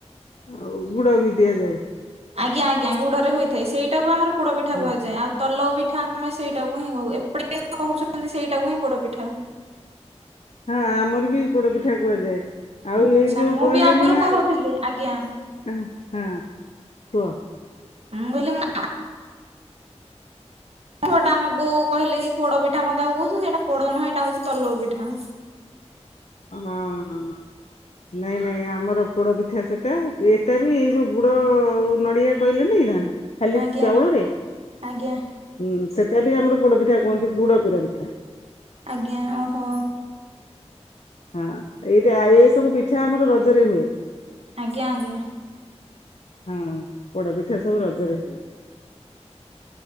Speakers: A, on the left; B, on the right.
A: ଆଉ ଗୁଡ ବି ଦିଆଯାଏ।
B: ଆଜ୍ଞା ଆଜ୍ଞା ଗୁଡରେ ହୋଇଥାଏ ସେଇଟାକୁ ଆମର ପୋଡ ପିଠା
A: ହଁ।
B: କୁହାଯାଏ ଆଉ ତଲାଉ ପିଠା ଆମେ ସେଇଟାକୁ ହିଁ କହୁ ଏପଟେ କିନ୍ତୁ କହୁଛନ୍ତି ସେଇଟାକୁ ହିଁ ପୋଡ ପିଠା।
A: ହଁ ଆମର ବି ପୋଡ ପିଠା କୁହାଯାଏ ଆଉ
B: ଆଚ୍ଛା
A: ଏଇ ଯୋଉ
B: ମୁଁ
A: କହିଲେନି
B: ବି ଆଗରୁ
A: ନା
B: କହୁଥିଲି ଆଜ୍ଞା
A: ଉ ହଁ କୁହ।
B: ମୁଁ କହିଲି ନା। କହିଲେ କି ପୋଡ ପିଠା କଣ ତାକୁ କହୁଛନ୍ତି ସେଇଟା ପୋଡ ନୁହଁ ଏଇଟା ହଉଛି ତଲଉ ପିଠା।
A: ହଁ ହଁ ନାଇଁ ନାଇଁ ଆମର ପୋଡ ପିଠା ସେଟା ଏଟା ବି ଏଇ ଯୋଉ ଗୁଡ ନଡିଆ କହିଲେନି ନା ଖାଲି
B: ଆଜ୍ଞା
A: ଚାଉଳରେ
B: ଆଜ୍ଞା
A: ହୁଁ ସେଟା ବି ଆମର ପୋଡ ପିଠା କୁହନ୍ତି ଗୁଡ ପୋଡ ପିଠା।
B: ଆଜ୍ଞା ଓହୋ।
A: ହଁ ଏଇଟା ଏ ସବୁ ପିଠା ଆମର ରଜରେ ହୁଏ।
B: ଆଜ୍ଞା ଆଜ୍ଞା।
A: ହଁ ପୋଡପିଠା ସବୁ ରଜରେ ହୁଏ।